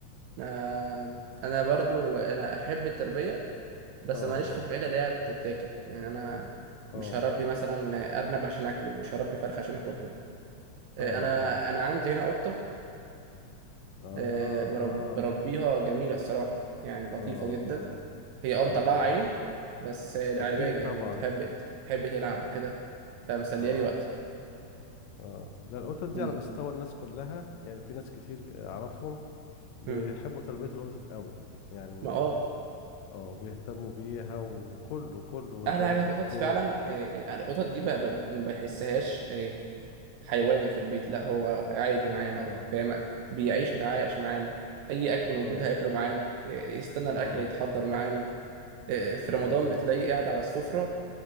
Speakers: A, on the right (about 80°); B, on the left (about 75°).
A: آه، انا برضو انا احب التربيه بس
B: اه
A: ماليش
B: اه
A: في الحاجات اللي هي بتتاكل يعني انا
B: اه
A: مش هربي مثلا ارنب عشان اكله مش هربي فرخه عشان اكلها آه،
B: اه
A: انا
B: اه
A: انا عندي هنا قطه
B: اه
A: آه، برب-
B: اه
A: بربيها جميله الصراحه يعني لطيفه
B: اه
A: جدا
B: اه
A: هي اه مطلعة
B: اه
A: عيني
B: اه
A: بس لعيبية
B: اكيد
A: يعني
B: طبعا
A: بتحب بتحب تلعب وكده فمسلية
B: اه
A: لي وقتي
B: اه لا القطط دي
A: مم.
B: على مستوى الناس كلها يعني في ناس كتير اعرفهم بيحبوا
A: مم.
B: تربيه القطط قوي يعني
A: ما اه
B: اه بيهتموا بيها وكله كله ويقدر
A: أحلى حاجة
B: الدكتور
A: في القطط فعلا آه، يعني القطط دي ب- ب- ما بحسهاش آه، حيوان في البيت لا هو عادي معانا
B: اه
A: فاهم بيعيش ويتعايش معانا أي أكل
B: اه
A: موجود هياكله معانا ي- يستنى
B: اه
A: الأكل يتحضر معانا آه، في رمضان
B: اه
A: بتلاقيه قاعد على السفرة